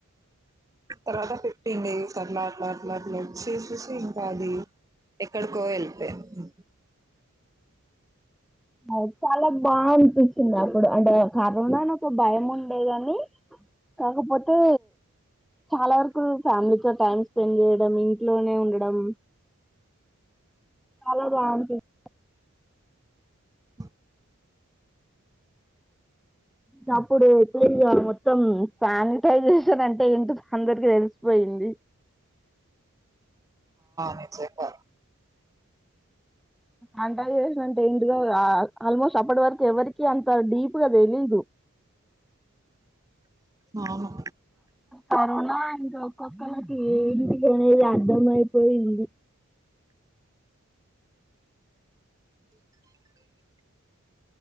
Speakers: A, on the right (about 15°); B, in the centre.
A: తర్వాత ఫిఫ్టీన్ డేస్ కట్ల అట్ల అట్ల వచ్చి చూసి ఇంకా అది ఎక్కడికో ఎల్లిపోయింది
B: అ చాలా బా అనిపించింది అప్పుడు అంటే కరోనాను ఒక భయం ఉండే అని కాకపోతే ప్చ్ చాలా వరకు ఫ్యామిలీతో టైమ్ స్పెండ్ చేయడం ఇంట్లోనే ఉండడం చాలా బాగా అనిపించింది
A: అ
B: గప్పుడు ఎత్తుపేరిగ్యం మొత్తం శానిటైజేషన్ అంటే ఏంటో అందరికి తెల్సిపోయింది
A: నిజంగా ఆ
B: అంట చేసినంటే ఇంటి గా గాద్ ఆల్మోస్ట్ అప్పటి వరకు ఎవరికి అంత డీప్ నాక్ దెలీదు
A: అవును
B: కన్నా ఇంకా ఒకొక్కలకి ఏది కూడానేది అర్థమైపోయింది